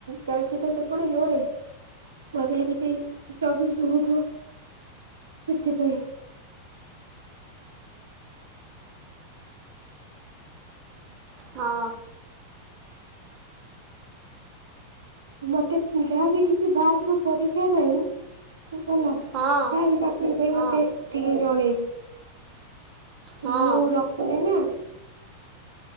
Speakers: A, on the right (about 75°); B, on the right (about 30°).
A: ଚାଲିଛି ତ ସେପଟେ ଜୋରେ ଭାବିଲି କିଛି ସ ସବୁଥିବ ସେଥିପାଇଁ,
B: ହଁ
A: ମତେ ଯାହାବି କିଛି ବାହାରିଥିବ ପରୀକ୍ଷା ପାଇଁ, ତୁ ହେଲା
B: ହଁ
A: ଯାହା ବି ଚାକିରି ପାଇଁ
B: ହଁ
A: ମତେ ଟିକେ ଜଣେଇବୁ । ତ
B: ହଁ।
A: ମୁଁ ରଖୁନା।